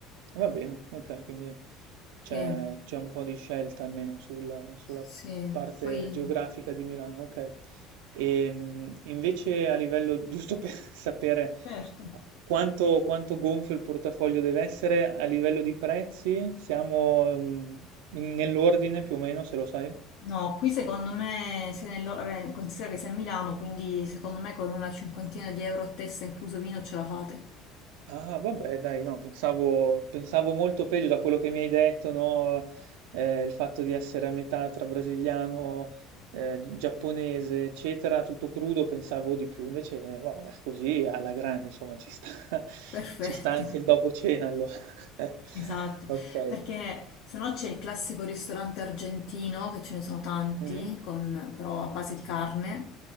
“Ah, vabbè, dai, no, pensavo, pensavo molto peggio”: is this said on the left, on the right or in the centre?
Right